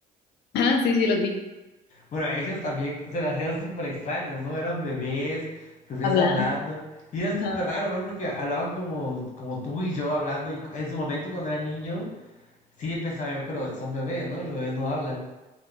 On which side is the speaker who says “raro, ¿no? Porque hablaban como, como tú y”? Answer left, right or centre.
Left